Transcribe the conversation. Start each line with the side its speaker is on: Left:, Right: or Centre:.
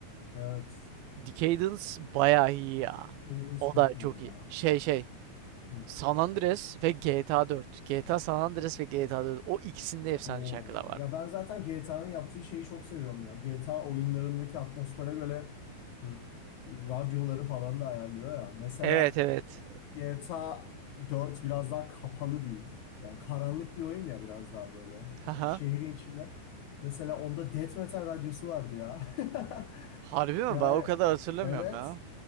Left: Evet.
Right: Decadence bayağı iyi ya.
Left: Decadence
Right: O
Left: çok
Right: da
Left: iyi
Right: çok
Left: ya.
Right: iyi. Şey şey.
Left: Hı.
Right: San Andreas ve GTA 4. GTA San Andreas ve GTA 4. O ikisinde efsane
Left: Oo.
Right: şarkılar var.
Left: Ya ben zaten GTA'nın yaptığı şeyi çok seviyorum ya. GTA oyunlarındaki atmosfere göre r- radyoları falan da ayarlıyor ya. Mesela
Right: Evet evet.
Left: GTA dört biraz daha kapalı bir yani karanlık bir oyun ya biraz daha böyle.
Right: Haha.
Left: Diyorum, şehrin içinde. Mesela onda Death Metal radyosu vardı ya. <laughs>
Right: Harbi mi?
Left: Yani
Right: Ben o kadar hatırlamıyorum
Left: evet.
Right: ya.